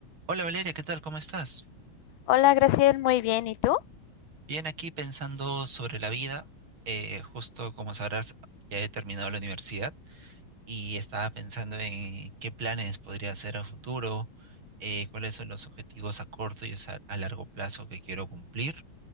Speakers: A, on the right; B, on the left.
A: Hola Valeria, ¿qué tal? ¿Cómo estás?
B: Hola, Graciel, muy bien. ¿Y tú?
A: Bien, aquí pensando sobre la vida. Eh, justo como sabrás, ya he terminado la universidad y estaba pensando en qué planes podría hacer a futuro, eh, cuáles son los objetivos a corto y a, a largo plazo que quiero cumplir.